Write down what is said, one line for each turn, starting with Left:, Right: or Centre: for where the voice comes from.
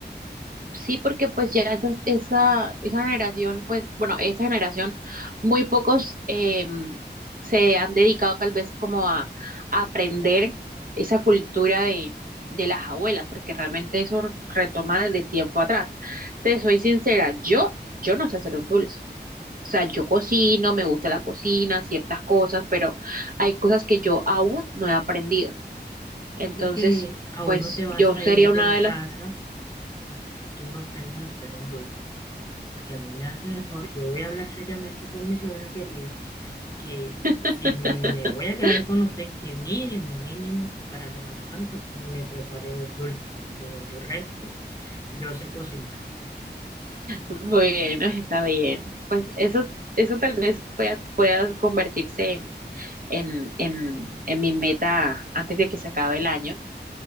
Right: sí, porque pues ya esas- esa, esa generación, pues, bueno, esta generación, muy pocos em, se han dedicado tal vez como a, a aprender esa cultura de, de las abuelas, porque realmente eso retoma desde tiempo atrás. Te soy sincera, yo, yo no sé hacer un dulce. O sea, yo cocino, me gusta la cocina, ciertas cosas, pero hay cosas que yo aún no he aprendido. Entonces,
Left: Yo creo que aún
Right: pues
Left: no te vas
Right: yo
Left: a
Right: sería
Left: ir
Right: una
Left: de la
Right: de
Left: casa
Right: las...
Left: hasta que tú no aprendas a hacer un dulce. Porque a mí me hacen el favor, yo voy a hablar seriamente con mi suegra querida que
Right: <laughs>
Left: si me voy a quedar con usted, que mínimo, mínimo, para Semana Santa me prepare dos dulces, porque del resto yo sé cocinar.
Right: Bueno, está bien. Pues eso, eso tal vez pueda, pueda convertirse en, en, en, en mi meta antes de que se acabe el año,